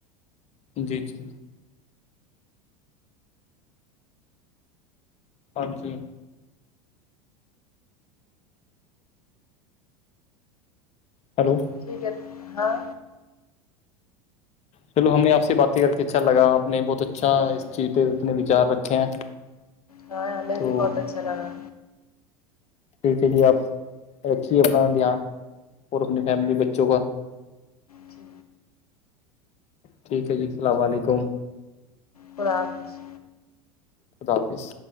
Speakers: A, on the left (about 35°); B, on the left (about 85°).
A: جی جی ہاں جی ہلو
B: ٹھیک ہے ہاں
A: چلو ہمیں آپ سے باتیں کر کے اچھا لگا آپ نے بہت اچھا
B: ہمیں بھی
A: اس چیز پہ اپنے وچار رکھے ہیں
B: ہاں ہمیں
A: تو
B: بھی بہت اچھا لگا
A: ٹھیک ہے جی آپ رکھیے اپنا دھیان اور اپنی فیملی بچوں کا
B: جی
A: ٹھیک ہے جی السلام علیکم
B: خدا حافظ
A: خدافظ